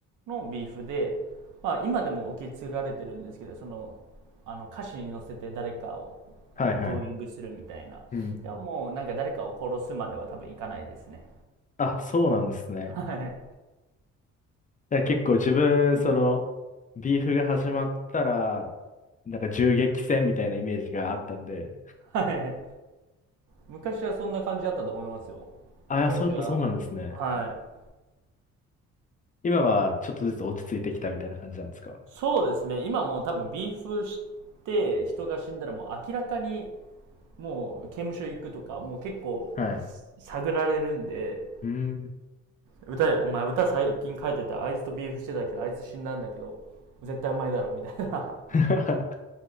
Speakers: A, on the right; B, on the left.
A: のビーフで、まあ、今でも受け継がれてるんですけど、その、あの、歌詞に乗せて誰かを
B: あ、はいはい。
A: ブーイングするみたいな。
B: うん。
A: でももうなんか誰かを殺すまでは多分いかないですね。
B: あ、そうなんですね。
A: はい。
B: だから結構自分、その、ビーフが始まったら、なんか銃撃戦みたいなイメージがあったんで。
A: はい。昔はそんな感じだったと思いますよ。
B: ああ、
A: 昔は、
B: そう、やっぱそうなんですね。
A: はい。
B: 今はちょっとずつ落ち着いてきたみたいな感じなんですか
A: そうですね。今もう多分ビーフして人が死んだらもう明らかにもう刑務所行くとかもう結構
B: はい。
A: 探られるんで、
B: うーん。
A: 歌お前歌最近書いててあいつとビーフしてたけどあいつ死んだんだけど絶対うまいだろみたいな
B: <laughs>